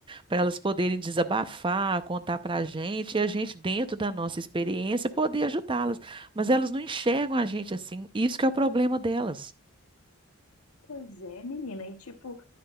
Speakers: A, on the right (about 25°); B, on the left (about 80°).
A: Para elas poderem desabafar, contar pra gente, e a gente, dentro da nossa experiência, poder ajudá-las. Mas elas não enxergam a gente assim, isso que é o problema delas.
B: Pois é, menina, e tipo,